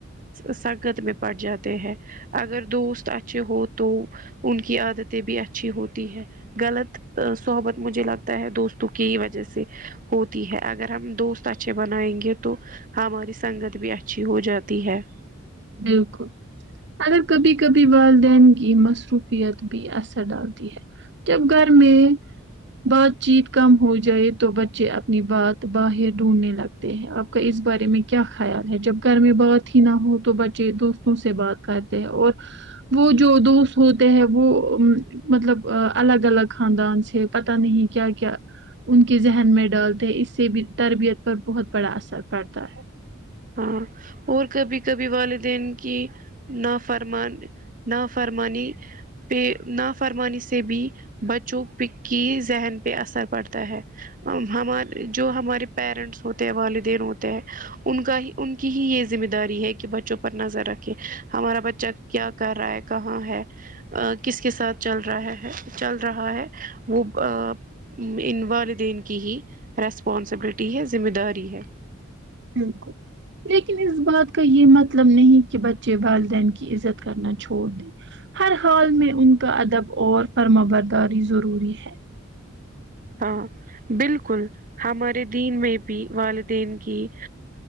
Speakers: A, on the right (about 40°); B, on the right (about 60°).
A: سنگت میں پڑ جاتے ہیں اگر دوست اچھے ہو تو ان کی عادتیں بھی اچھی ہوتی ہے غلط صحبت مجھے لگتا ہے دوستوں کی ہی وجہ سے ہوتی ہے اگر ہم دوست اچھے بنائیں گے تو ہماری سنگت بھی اچھی ہو جاتی ہے
B: بالکل اگر کبھی کبھی والدین کی مصروفیت بھی اثر ڈالتی ہے جب گھر میں بات چیت کم ہو جائے تو بچے اپنی بات باہر ڈھونڈنے لگتے ہیں تے ہے آپ کا اس بارے میں کیا خیال ہے جب گھر میں بات ہی نہ ہو تو بچے کہ دوستوں سے بات کرتے ہیں اور وہ جو دوست ہوتے ہیں وہ مطلب الگ الگ خاندان سے پتہ نہیں کیا کیا ان کے ذہن میں ڈالتے ہیں اس سے بھی تربیت پر بہت بڑا اثر پڑتا ہے
A: ہاں اور کبھی کبھی والدین کی نا فرمان نافرمانی پہ نافرمانی سے بھی بچوں پے کی ذہن پہ اثر پڑتا ہے ہمار جو ہمارے پیرنٹس ہوتے ہیں والدین ہوتے ہیں ان کا ہی ان کی ہی یہ ذمہ داری ہے کہ بچوں پر نظر رکھے ہمارا بچہ کیا کر رہا ہے کہاں ہے کس کے ساتھ چل رہا ہے چل رہا ہے وہ آں ان والدین کی ہی ریسپانسبلٹی ہے ذمہ داری ہے
B: ہوں لیکن اس بات کا یہ مطلب نہیں کہ بچے والدین کی عزت کرنا چھوڑ دیں ہر حال میں ان کا ادب اور فرما برداری ضروری ہے
A: ہاں بالکل ہمارے دین میں بھی والدین کی